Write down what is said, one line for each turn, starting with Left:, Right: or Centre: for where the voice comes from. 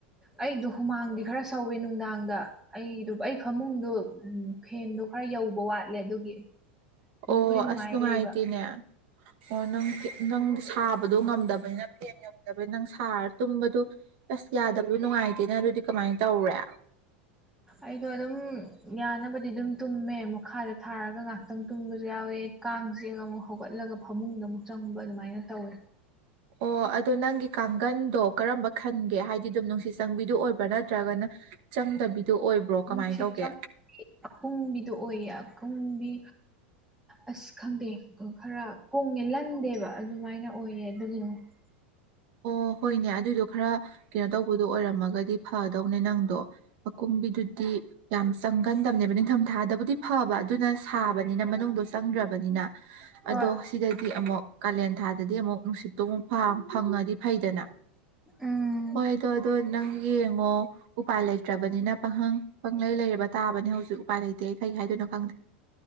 Centre: ꯑꯩꯗ ꯍꯨꯃꯥꯡꯗꯤ ꯈꯔ ꯁꯧꯋꯦ ꯅꯨꯡꯗꯥꯡꯗ ꯑꯩꯗꯨ ꯑꯩ ꯐꯃꯨꯡꯗꯨꯣ ꯎꯝ ꯐꯦꯟꯗꯣ ꯈꯔ ꯌꯧꯕ ꯋꯥꯠꯂꯦ ꯑꯗꯨꯒꯤ ꯅꯨꯡꯕꯨꯗꯤ
Right: ꯑꯣ
Centre: ꯅꯨꯡꯉꯥꯏ
Right: ꯑꯁ ꯅꯨꯡꯉꯥꯏꯇꯦꯅꯦ
Centre: ꯂꯩꯕ
Right: ꯑꯣ ꯅꯪ ꯅꯪ ꯁꯥꯕꯗꯣ ꯉꯝꯗꯕꯅꯤꯅ ꯐꯦꯟ ꯉꯧꯗꯕꯅꯤꯅ ꯅꯪ ꯁꯥꯔ ꯇꯨꯝꯕꯗꯨ ꯑꯁ ꯌꯥꯗꯕꯗꯨ ꯅꯨꯡꯉꯥꯏꯇꯦꯅ ꯑꯗꯨꯗꯤ ꯀꯃꯥꯏꯅ ꯇꯧꯔꯦ
Centre: ꯑꯩꯗ ꯑꯗꯨ ꯑꯗꯨꯝ ꯌꯥꯅꯕꯗꯤ ꯑꯗꯨꯝ ꯇꯨꯝꯃꯦ ꯃꯈꯥꯗ ꯊꯥꯔꯒ ꯉꯍꯥꯛꯇꯪ ꯇꯨꯝꯕꯁꯨ ꯌꯥꯎꯋꯦ ꯀꯥꯡꯁꯦ ꯑꯃꯨꯛ ꯍꯧꯒꯠꯂ ꯆꯂꯒ ꯐꯃꯨꯡꯗ ꯑꯃꯨꯛ ꯆꯪꯕ ꯑꯗꯨꯃꯥꯏꯅ ꯇꯧꯋꯦ
Right: ꯑꯣ ꯑꯗꯨꯗꯣ ꯅꯪꯒꯤ ꯀꯥꯡꯒꯟꯗꯣ ꯀꯔꯝꯕ ꯈꯟꯒꯦ ꯍꯥꯏꯗꯤ ꯑꯗꯨꯝ ꯅꯨꯡꯁꯤꯠ ꯆꯪꯕꯤꯗꯨ ꯑꯣꯏꯕ꯭ꯔꯥ ꯅꯠꯇ꯭ꯔꯒꯅ ꯆꯪꯗꯕꯤꯗꯨ ꯑꯣꯏꯕ꯭ꯔꯣ
Centre: ꯅꯨꯡꯁꯤ
Right: ꯀꯃꯥꯏꯅ ꯇꯧꯒꯦ
Centre: ꯆꯪ ꯄꯨꯡ ꯃꯤꯗꯣ ꯑꯣꯏꯌꯦ ꯀꯨꯝꯕꯤ ꯑꯁ ꯈꯪꯗꯦ ꯈꯔ ꯀꯣꯡꯉꯦ ꯂꯟꯗꯦꯕ ꯑꯗꯨꯃꯥꯏꯅ ꯑꯣꯏꯌꯦ ꯑꯗꯨꯒꯤꯅꯦ <inaudible>
Right: ꯑꯣ ꯍꯣꯏꯅꯦ ꯑꯗꯨꯗꯣ ꯈꯔ ꯀꯩꯅꯣ ꯇꯧꯕꯗꯣ ꯑꯣꯏꯔꯝꯃꯒꯗꯤ ꯐꯗꯧꯅꯦ ꯅꯪꯗꯣ ꯑꯀꯨꯝꯕꯤꯗꯨꯗꯤ ꯌꯥꯝ ꯆꯪꯒꯟꯗꯕꯅꯦꯕ ꯅꯤꯡꯊꯝꯊꯥꯗꯕꯨꯗꯤ ꯐꯕ ꯑꯗꯨꯅ ꯁꯥꯕꯅꯤꯅ ꯃꯅꯨꯡꯗ ꯆꯪꯗ꯭ꯔꯕꯅꯤꯅ
Centre: ꯍꯣꯏ
Right: ꯑꯗꯣ ꯁꯤꯗꯗꯤ ꯑꯃꯨꯛ ꯀꯥꯂꯦꯟ ꯊꯥꯗꯗꯤ ꯑꯃꯨꯛ ꯅꯨꯡꯁꯤꯠꯇꯣꯡ ꯑꯃ ꯐꯥ ꯐꯪꯉꯗꯤ ꯐꯩꯗꯅ
Centre: ꯎꯝ
Right: ꯍꯣꯏꯗꯣ ꯑꯗꯣ ꯅꯪ ꯌꯦꯡꯉꯣ ꯎꯄꯥꯏ ꯂꯩꯇ꯭ꯔꯕꯅꯤꯅ ꯄꯥꯍꯪ ꯄꯪꯂꯩ ꯂꯩꯔꯕ ꯇꯥꯕꯅꯤ ꯍꯧꯖꯤꯛ ꯎꯄꯥꯏ ꯂꯩꯇꯦ ꯑꯩ ꯀꯔꯤ ꯍꯥꯏꯗꯣꯏꯅꯣ ꯈꯪꯗꯦ